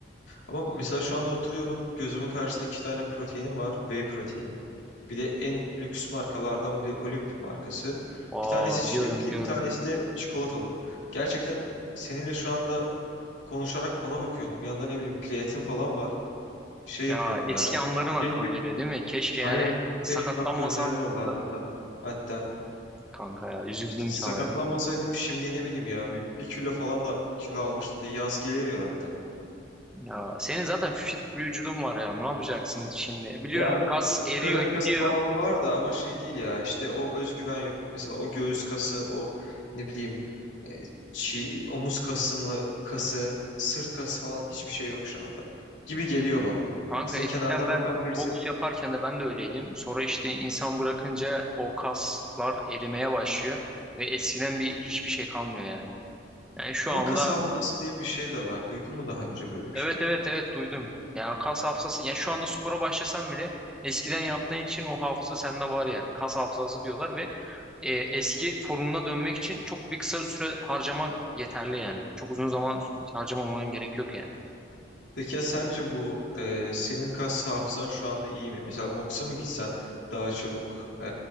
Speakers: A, on the left; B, in the centre.
A: Ama mesela şu anda oturuyorum. Gözümün karşısında iki tane proteinim var. Whey proteinim. Bir de en lüks markalardan biri Olimp markası.
B: Aa,
A: Bir tanesi
B: biliyorum
A: çilekli,
B: biliyorum.
A: bir tanesi de çikolatalı. Gerçekten seninle şu anda konuşarak ona bakıyorum. Yanında ne bileyim kreatin falan var. Şey yapıyorum
B: Ya eski
A: ya.
B: anların aklına
A: Keşke
B: geliyor değil mi? Keşke
A: aynen
B: yani sakatlanmasam
A: keşke bak gözlerim doldu
B: dedim
A: hatta.
B: da.
A: sa- Hatta
B: Kanka ya üzüldüm
A: işte sakatlanmasaydım
B: sana ya.
A: şimdi ne bileyim ya bir, bir kilo falan da kilo almıştım. Bir de yaz geliyor ya önden.
B: Ya senin zaten fit bir vücudun var ya ne yapacaksın şimdi? Biliyorum
A: Ya
B: kas eriyor
A: Karın
B: gidiyor.
A: kası falan var da ama şey değil ya işte o özgüven yok. Mesela o göğüs kası, o ne bileyim e, çi- omuz kasımlı kası, sırt kası falan hiçbir şey yok şu anda. Gibi geliyor bana.
B: Kanka
A: Aslında
B: eskiden
A: kenardan
B: ben
A: bakan birisi.
B: boks yaparken de ben de öyleydim. Sonra işte insan bırakınca o kaslar erimeye başlıyor ve eskiden bir hiçbir şey kalmıyor yani. Yani şu
A: Ama
B: anda
A: kas hafızası diye bir şey de var. Duydun mu daha önce böyle bir
B: evet
A: şey?
B: evet evet duydum. Yani o kas hafızası yani şu anda spora başlasan bile eskiden yaptığın için o hafıza sende var yani. Kas hafızası diyorlar ve e, eski formuna dönmek için çok bir kısa süre harcaman yeterli yani. Çok uzun zaman harcamaman gerek yok yani.
A: Peki ya sence bu e, senin kas hafızan şu anda iyi mi? Mesela boksa mı gitsen daha çabuk e,